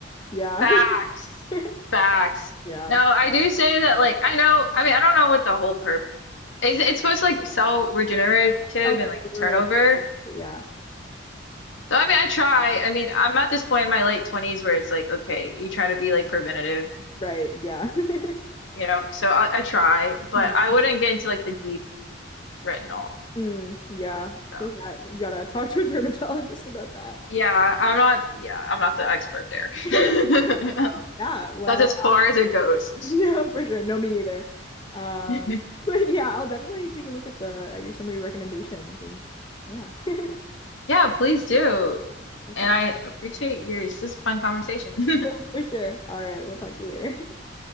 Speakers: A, on the left; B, on the left.
A: yeah.
B: facts,
A: <laughs>
B: facts.
A: Yeah.
B: No, I do say that. Like, I know. I mean, I don't know what the whole purpose. It's, it's supposed to like sell regenerative
A: Also
B: and like
A: over
B: turnover.
A: like yeah.
B: So I mean, I try. I mean, I'm at this point in my late 20s where it's like, okay, you try to be like preventative,
A: Right. Yeah. <laughs>
B: you know. So I, I try, but
A: Mhm.
B: I wouldn't get into like the deep retinol
A: Mm, yeah.
B: stuff.
A: I feel like that you gotta talk to a dermatologist about that.
B: Yeah, I'm
A: Yeah.
B: not, yeah, I'm not the expert there.
A: <laughs>
B: <laughs>
A: Yeah, well,
B: That's as far
A: I
B: as it goes.
A: <laughs> no for sure. No, me neither. Um,
B: <laughs>
A: <laughs> but yeah, I'll definitely take a look at the at your some of your recommendations and yeah. <laughs>
B: Yeah, please do.
A: Perfect.
B: And I appreciate your, this is a fun conversation.
A: <laughs> No,
B: <laughs>
A: for sure. All right, we'll talk to you later. <laughs>